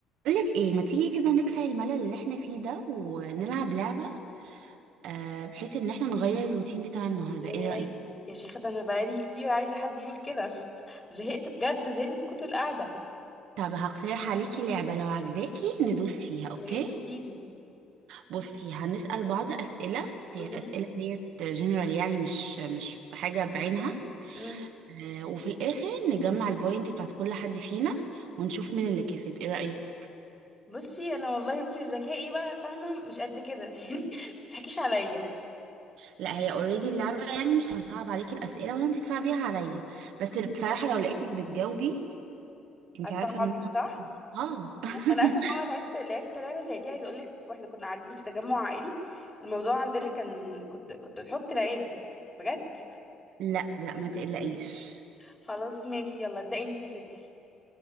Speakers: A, on the right (about 75°); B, on the left (about 15°).
A: بقولك ايه ما تيجي كده نكسر الملل اللي احنا فيه ده ونلعب لعبة آه بحيث ان احنا نغير الروتين بتاع النهاردة
B: ايه
A: ايه رأيك؟
B: يا شيخة ده انا بقالي كتير عايزة حد يقول كده <laughs> زهقت بجد زهقت من كتر القعدة
A: طب هقترح عليكي لعبة لو عجباكي ندوس فيها اوكي؟
B: يا ريت قوليلي
A: بصي هنسأل بعض أسئلة هي
B: مهم.
A: الأسئلة ديت جنرال يعني مش مش بحاجة بعينها
B: مم.
A: آه وفي الآخر نجمع البوينت بتاعت كل حد فينا ونشوف مين اللي كسب ايه رأيك؟
B: بصي انا والله بصي ذكائي بقى فاهمة مش قد كده <laughs> يعني ما تضحكيش عليا
A: لا هي اوريدي اللعبة يعني مش هنصعب عليكي الأسئلة ولا انتي تصعبيها عليا بس بصراحة
B: اه
A: لو لقيتك بتجاوبي انت
B: هتصعبي
A: عارفه ان
B: صح <laughs>
A: اه <laughs>
B: انا اخر مرة لعبت لعبت لعبة زي دي عايزة اقول لك واحنا كنا قاعدين في تجمع عائلي الموضوع عندنا كان كنت كنت حب العيلة بجد
A: لا لا ما تقلقيش
B: خلاص ماشي يلا ابدأي انتي يا ستي